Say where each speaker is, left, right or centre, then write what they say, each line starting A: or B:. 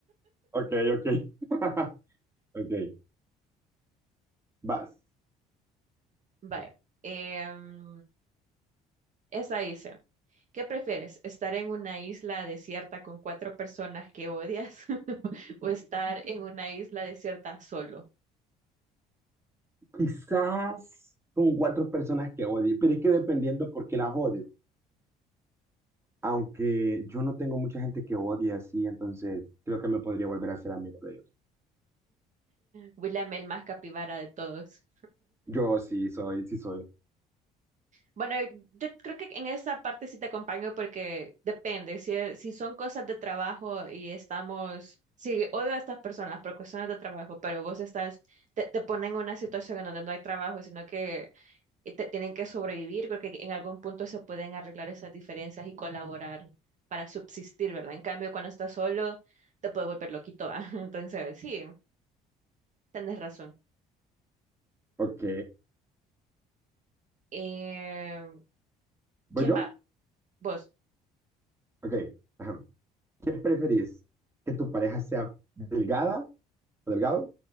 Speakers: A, on the right; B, on the right.
A: ok, ok. <laughs> Ok, vas.
B: Vaya. em, esta dice, ¿qué prefieres? ¿Estar en una isla desierta con cuatro personas que odias <laughs> o estar en <laughs> una isla desierta solo?
A: Quizás con cuatro personas que odie, pero es que dependiendo por qué las odio. Aunque yo no tengo mucha gente que odie así, entonces creo que me podría volver a ser amigo de ellos.
B: William el más capibara de todos.
A: Yo sí soy, sí soy.
B: Bueno, yo creo que en esa parte sí te acompaño porque depende, si, es- si son cosas de trabajo y estamos, si odio a estas personas por cuestiones de trabajo, pero vos estás, te, te ponen en una situación en donde no hay trabajo, sino que eh, te- tienen que sobrevivir, creo que en algún punto se pueden arreglar esas diferencias y colaborar para subsistir, ¿verdad? En cambio, cuando estás solo, te puede volver loquito, ¿va? <laughs> Entonces, sí, tenés razón.
A: Ok.
B: Eh,
A: ¿Voy
B: ¿quién
A: yo?
B: va? Vos,
A: Ok. Ajá. ¿Qué preferís? ¿Que tu pareja sea delgada o delgado